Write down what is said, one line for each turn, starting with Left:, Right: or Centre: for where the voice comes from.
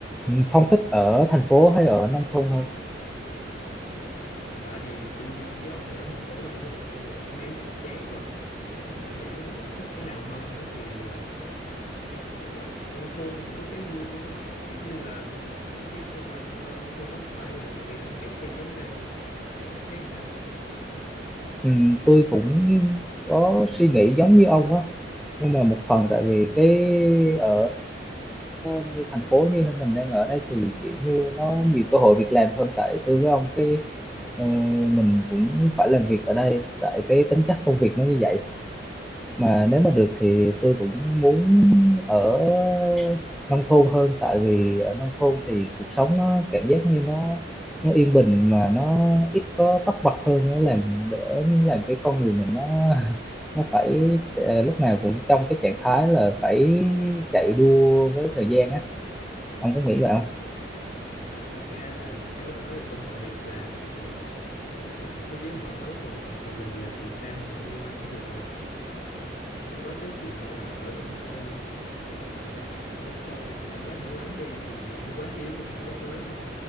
Centre: Ừ, Phong thích ở thành phố hay ở nông thôn hơn?
Left: Hiện tại thì tôi với ông đều ở thành phố mà đúng không? Nhưng mà tôi thấy chán quá. à. Nếu mà tôi nghĩ là thích cái nào hơn á thì à, để coi thử coi nông thôn thì cũng có cái vui của nó, kiểu như là không khí trong lành hơn, không có phải là ngày nào cũng kẹt xe giống đây. Thì ông thấy làm sao?
Centre: Ừ, tôi cũng có suy nghĩ giống như ông á, nhưng mà một phần tại vì cái ở như thành phố như mình đang ở đây thì kiểu như nó nhiều cơ hội việc làm hơn tại tôi với ông cái ờ, mình cũng phải làm việc ở đây tại cái tính chất công việc nó như vậy mà nếu mà được thì tôi cũng muốn ở nông thôn hơn tại vì ở nông thôn thì cuộc sống nó cảm giác như nó nó yên bình mà nó ít có tấp bật hơn nó làm đỡ làm cái con người mình nó nó phải ờ, lúc nào cũng trong cái trạng thái là phải chạy đua với thời gian á ông có nghĩ vậy không
Left: Ừ. Nhưng mà thiệt ra là nếu mà nói về cơ hội việc làm thì dạo này thế giới mở rồi thì mình làm từ xa hoặc làm online cũng được mà Ừm, không nói tới chuyện là ở nông thôn ờ, mà ở vùng sâu vùng xa quá hẻo lánh đi thì mạng nó quá yếu thì không nói tới nhưng mà